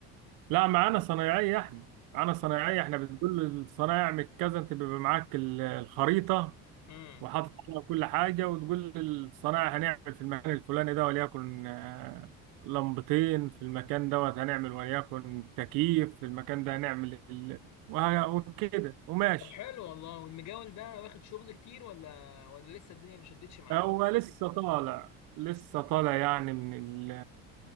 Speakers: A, on the right; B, on the left.
A: لا معانا صنايعية احنا معانا صنايعية احنا بنقول للصنايعي اعمل كذا انت بيبقى معاك ال- الخريطة
B: امم
A: وحاطط عليها كل حاجة وتقول للصنايعي هنعمل في المكان الفلاني ده وليكن آه، لمبتين في المكان دوت هنعمل وليكن تكييف في المكان ده هنعمل ال... وه- وكده وماشي
B: طب حلو والله والمجاول ده واخد شغل كتير ولا ولا لسه الدنيا ما شدتش معاه
A: هو لسه طالع لسه طالع يعني من ال